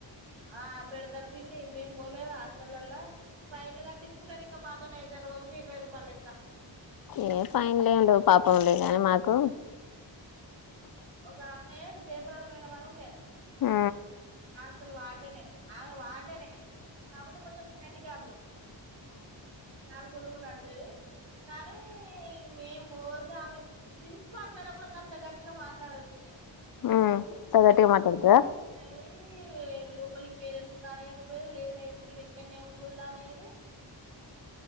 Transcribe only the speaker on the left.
ఏ ఫైన్ లేం ఉండవ్ పాపం లే కానీ మాకు
ఆ
ఆ అంత గట్టిగ మాట్లాడతద